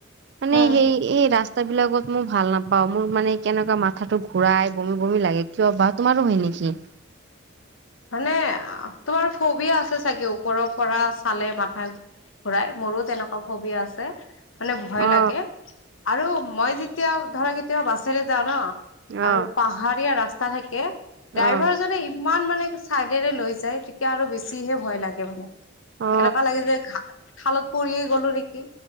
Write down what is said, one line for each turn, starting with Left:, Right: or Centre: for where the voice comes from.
Right: মানে
Left: উম
Right: সেই এই ৰাস্তা ৰাস্তাবিলাকত মই ভাল নাপাওঁ, মোৰ মানে কেনেকুৱা মাথাটো ঘূৰাই বমি, বমি লাগে, কিয় বা তোমাৰো হয় নেকি। উম।
Left: হয়নে, আ, তোমাৰ ফবিয়া আছে চাগে, ওপৰৰ পৰা চালে মাথা ঘূৰাই, মোৰো তেনেকুৱা ফবিয়া আছে। মানে ভয়
Right: অ
Left: লাগে, আৰু মই যেতিয়া ধৰক কেতিয়াবা বাছেৰে যাওঁ ন। আৰু
Right: অ
Left: পাহাৰীয়া ৰাস্তা থাকে,
Right: অ
Left: ড্ৰাইভাৰজনে ইমান মানে চাইডেৰে লৈ যায়, তেতিয়া আৰু বেছিহে ভয় লাগে মানে
Right: অ
Left: এনেকুৱা লাগে যে, ঘা খালত পৰিয়ে গ'লো নেকি?